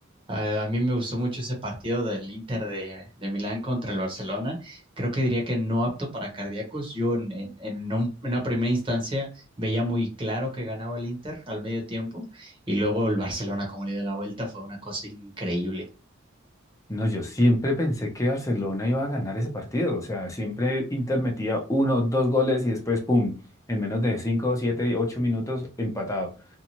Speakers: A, on the right; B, on the left.
A: A, a mí me gustó mucho ese partido del Inter de, de Milán contra el Barcelona. Creo que diría que no apto para cardíacos. Yo en, en- en un- en una primera instancia veía muy claro que ganaba el Inter al medio tiempo y luego el Barcelona como le dio la vuelta fue una cosa increíble.
B: No, yo siempre pensé que Barcelona iba a ganar ese partido, o sea, siempre Inter metía uno, dos goles y después, ¡pum!, en menos de cinco, siete, ocho minutos empatado.